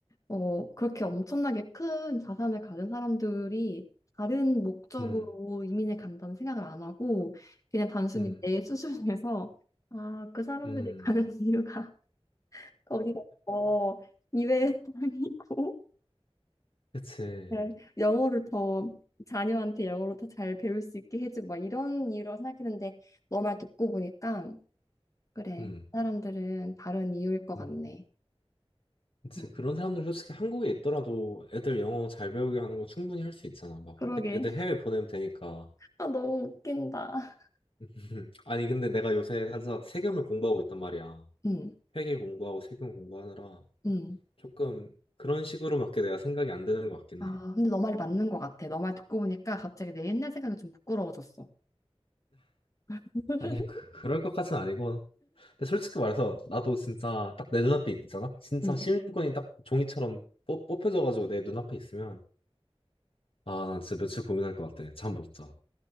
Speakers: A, on the left; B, on the left.
A: 어, 그렇게 엄청나게 큰 자산을 가진 사람들이 다른 목적으로
B: 음,
A: 이민을 간다는 생각을 안 하고 그냥 단순히
B: 음,
A: 내 <laughs> 수준에서 아, 그 사람들이
B: 음,
A: 가는 <laughs> 이유가 거기가 더 이외의 <laughs> 땅이고
B: 그치.
A: 네, 영어를 더 자녀한테 영어로 더 잘 배울 수 있게 해주고 막 이런 이유로 생각했는데 너 말 듣고 보니까 그래
B: 음,
A: 그 사람들은 다른 이유일 것
B: 음,
A: 같네.
B: 그치.
A: 음,
B: 그런 사람들 솔직히 한국에 있더라도 애들 영어 잘 배우게 하는 거 충분히 할 수 있잖아. 막
A: 그러게.
B: 해- 애들 해외 보내면 되니까.
A: <laughs> 아, 너무 웃긴다.
B: <laughs> 아니 근데 내가 요새 살짝 세금을 공부하고 있단 말이야.
A: 음,
B: 회계 공부하고 세금 공부하느라.
A: 음.
B: 조금 그런 식으로밖에 내가 생각이 안 되는 것 같긴
A: 아,
B: 해.
A: 근데 너 말이 맞는 것 같아. 너 말 듣고 보니까 갑자기 내 옛날 생각이 좀 부끄러워졌어. <laughs>
B: 아니, 그, 그럴 것 같은 아니고. 근데 솔직히 말해서 나도 진짜 딱 내 눈앞에 있잖아? 진짜
A: 음.
B: 시민권이 딱 종이처럼 뽑, 뽑혀져가지고 내 눈앞에 있으면 아, 난 진짜 며칠 고민할 것 같아. 잠 못 자.